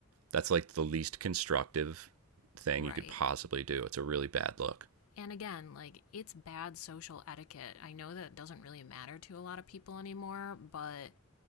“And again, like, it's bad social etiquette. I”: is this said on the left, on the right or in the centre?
Left